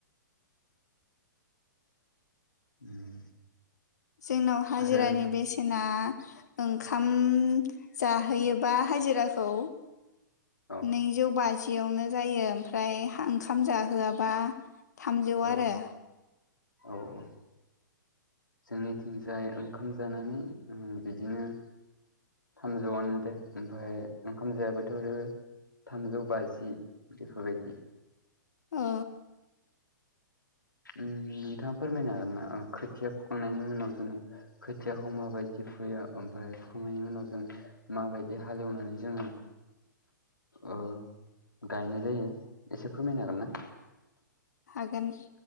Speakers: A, on the left (about 80°); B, on the left (about 60°).
A: उम
B: जोंनाव हाजिरानि
A: आरो
B: बेसेना ओंखाम जाहोयोबा हाजिराखौ
A: औ
B: नैजौ बाजियावनो जायो ओमफ्राय हा ओंखाम जाहोआबा थामजौ
A: औ
B: आरो
A: औ औ जोंनिथिंजाय ओंखाम जानानै ओम बिदिनो थामजौआनो दे ओमफ्राय ओंखाम जायाबोथ' थामजौ बाजि बेफोरबायदि
B: ओ
A: ओम नोंथाङा फोरमायनो हागोन ना खोथिया फुखांनायनि उनाव जोङो खोथियाखौ माबायदि फुयो ओमफ्राय फुनायनि उनाव जों माबायदि हालेवनानै जोङो ओ गायनाय जायो एसे फोरमायनो हागोन ना?
B: हागोन